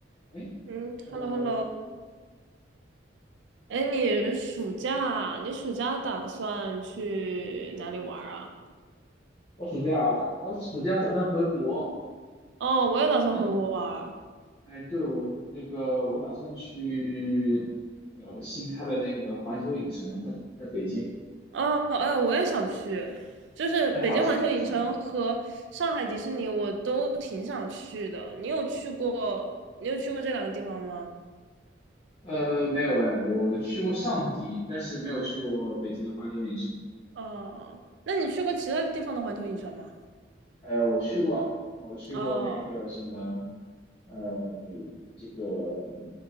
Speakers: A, on the left; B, on the right.
A: 哎
B: 嗯，hello
A: ，hello hello，
B: hello，哎，你暑假你暑假打算去哪里玩儿啊？
A: 我暑假我暑假打算回国。
B: 哦，我也打算回国玩儿
A: 嗯，哎，对，我那个我打算去呃新开的那个环球影城，在在北京。
B: 哦，哎，我也想去，就是北京环球影城和上海迪士尼，
A: 哎，好巧好巧。
B: 我都挺想去的。你有去过？你有去过这两个地方吗？
A: 呃，没有哎，我去过上迪，但是没有去过北京的环球影城。
B: 哦，那你去过其他地方的环球影城吗？
A: 呃，我去过，我去过那个什么，
B: 哦
A: 呃，这个